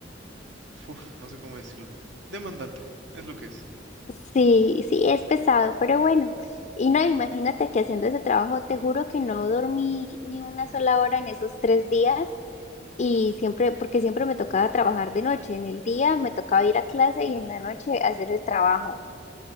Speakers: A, on the right; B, on the left.
A: uf, no sé cómo decirlo. Demandante, es lo que es.
B: Sí, sí, es pesado, pero bueno. Y no, imagínate que haciendo ese trabajo, te juro que no dormí ni una sola hora en esos tres días y siempre, porque siempre me tocaba trabajar de noche, en el día me tocaba ir a clase y en la noche hacer el trabajo.